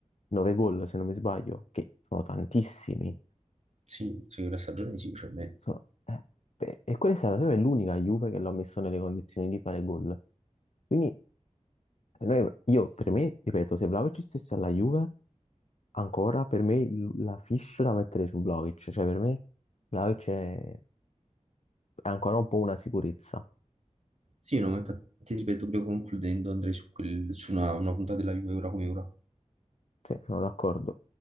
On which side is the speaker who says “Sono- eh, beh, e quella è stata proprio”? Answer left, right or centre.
Left